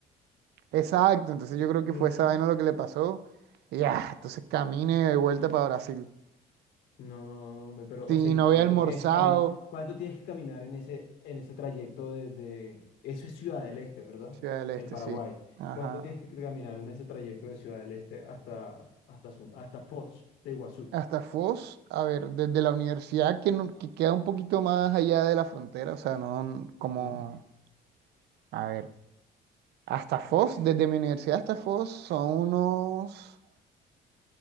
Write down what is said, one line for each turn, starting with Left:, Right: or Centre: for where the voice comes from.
Right: Exacto, entonces yo creo
Left: Ujú.
Right: que fue esa vaina lo que le pasó. Y ya, entonces camine de vuelta para Brasil.
Left: No, hombre, pero,
Right: Sí,
Left: o sea, ¿y
Right: y no
Left: cuánto
Right: había almorzado.
Left: tienes que caminar? ¿Cuánto tienes que caminar en ese, en ese trayecto desde... Eso es Ciudad del Este, ¿verdad?
Right: Ciudad del Este,
Left: En Paraguay.
Right: sí. Ajá.
Left: ¿Cuánto tienes que caminar en ese trayecto de Ciudad del Este hasta, hasta, Su- hasta Foz de Iguazú?
Right: Hasta Foz, a ver, desde la universidad que, no- que queda un poquito más allá de la frontera, o sea, no n- como,
Left: Ujú.
Right: a ver, hasta Foz, desde mi universidad hasta Foz son unos